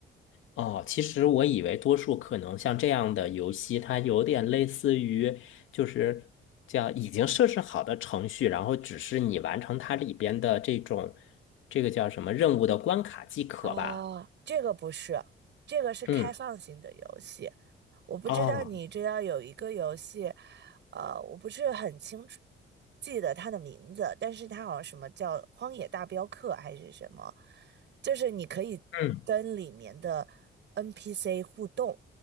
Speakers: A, on the left; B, on the right.
A: 哦，其实我以为多数可能像这样的游戏，它有点类似于就是叫已经设置好的程序，然后只是你完成它里边的这种这个叫什么任务的关卡即可吧。
B: 啊，这个不是，这个是开放型的游戏。
A: 嗯，
B: 我不知道你知道有一个游戏，
A: 啊，
B: 呃，我不是很清楚记得它的名字，但是它好像什么叫《荒野大镖客》还是什么，就是你可以跟里面的
A: 嗯
B: NPC 互动，